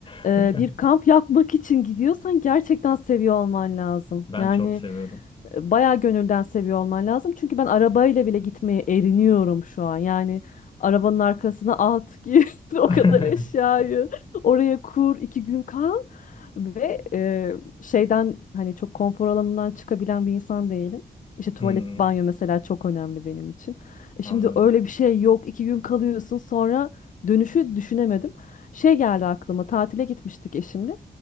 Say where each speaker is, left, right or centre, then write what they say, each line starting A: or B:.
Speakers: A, on the left (about 60°); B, on the left (about 35°).
A: e,
B: <laughs>
A: bir kamp yapmak için gidiyorsan gerçekten seviyor olman lazım.
B: Ben
A: Yani
B: çok seviyorum.
A: e, bayağı gönülden seviyor olman lazım. Çünkü ben arabayla bile gitmeye eriniyorum şu an. Yani arabanın arkasına at, <laughs> gir o
B: <laughs>
A: kadar eşyayı oraya kur, iki gün kal ve e, şeyden hani çok konfor alanından çıkabilen bir insan değilim. İşte tuvalet,
B: Hmm,
A: banyo mesela çok önemli benim için. E şimdi
B: anladım.
A: öyle bir şey yok. İki gün kalıyorsun sonra dönüşü düşünemedim. Şey geldi aklıma tatile gitmiştik eşimle.